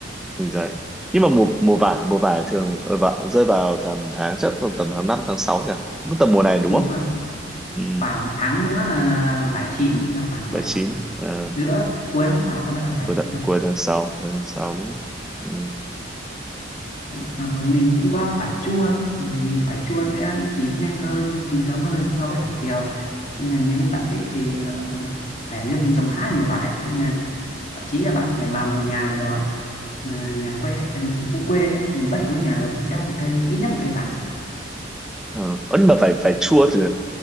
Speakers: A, in the centre; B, on the left.
A: Ui giời. Nhưng mà mùa mùa vải, mùa vải thường ờ, vào, rơi vào tầm tháng chắc tầm tầm tháng 5 tháng 6 nhỉ? Cũng tầm mùa này đúng
B: đúng
A: không?
B: rồi
A: Ừ,
B: khoảng tháng nữa là vải chín là khoảng
A: bảy
B: ờ,
A: chín ờ.
B: giữa cuối tháng 6 là bắt đầu vải
A: cuối đợt,
B: chín
A: cuối tháng sáu cuối tháng sáu ừ.
B: À, mà mình cũng có vải chua nữa, vì vải chua sẽ chín nhanh hơn, chín sớm hơn so với vải thiều. Nên là nếu bạn thích thì ờ, ở Hải Dương mình trồng khá nhiều vải, nên là thậm chí là bạn có thể vào một nhà nào đó, mà nhà quê, à, khu quê ấy, thì bất cứ nhà đó cũng sẽ có một cây, ít nhất một cây vải.
A: ờ. Ơ, nhưng mà vải vải chua thì